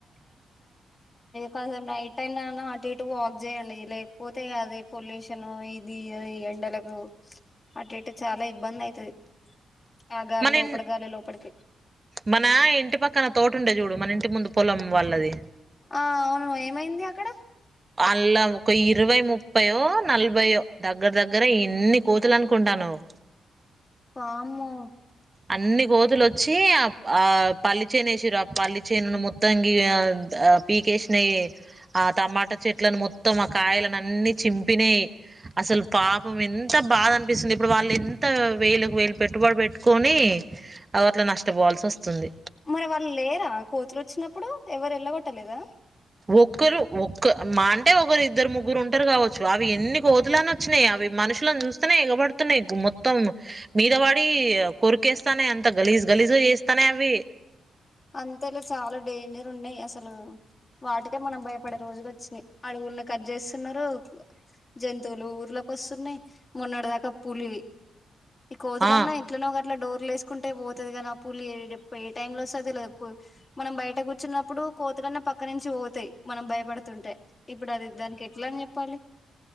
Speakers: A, on the left (about 35°); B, on the right (about 30°).
A: సగం రైట్ టైమ్ లోయినా అటు ఇటు వాక్ చేయండి లేకపోతే అది పొల్యూషన్ ఇది ఎండలకు అటు ఇటు చాలా ఇబ్బంది అయితది ఆ గాలి
B: మన
A: లోపల
B: ఇ
A: గాలి లోపలికి
B: మన ఇంటి పక్కన తోటుండే చూడు మన ఇ ముందు పొలం వాళ్ళది
A: ఆ అవును ఏమైంది అక్కడ
B: అళ్ళ ఒక ఇరవై ముప్పైయో నలభైయో దగ్గర దగ్గర ఇన్ని కోతులు అనుకుంటాన్నావ్
A: వామ్మో
B: అన్ని కోతులోచ్చి ఆ ఆ పల్లి చేను వేసిన్రు ఆ పల్లి చేను మొత్తంగ పీకేసినాయి ఆ టమాటా చెట్లను మొత్తం ఆ కాయలనన్నీ చింపినాయి అసలు పాపం ఎంత బాధ అనిపిస్తుంది ఇప్పుడు వాళ్ళు ఇంతగ వేలుకి వేలు పెట్టుబడి పెట్టుకొని అ అట్ల నష్టపోవాల్సి వస్తుంది
A: మరి వాళ్ళు లేరా కోతులు వచ్చినప్పుడు ఎవరు వెళ్ళగొట్టలేదా
B: ఒక్కరు ఒక్క మా అంటే ఒకరు ఇద్దరు ముగ్గురు ఉంటారు కావచ్చు అవి ఎన్ని కోతులన్న వచ్చినాయి అవి మనుషులను చూస్తేనే ఎగబడుతున్నాయి మొత్తం మీదపడి కొరికేస్తానై అంత గలీజు గలీజుగా చేస్తానాయి అవి
A: అంతేలే చాలా డేంజర్ ఉన్నాయి అసలు వాటికే మనం భయపడే రోజులు వచ్చినాయి అడవుల్ని కట్ చేస్తున్నారు జంతువులు ఊర్లోకి వస్తున్నాయి మొన్నటి దాకా పూలి ఈ కోతులన్నా
B: ఆ
A: ఎట్లోనో అట్లా ఇట్లా డోర్లసుకుంటే పోతది కదా ఆ పూలే ఏ టైమ్ లో వస్తదో చప్పుమనం బయట కూర్చున్నప్పుడు కోతులన్న పక్క నుంచి పోతాయి మనం భయపడుతుంటే ఇప్పుడు అది దానికి ఎట్లా అని చెప్ -ప్పాలి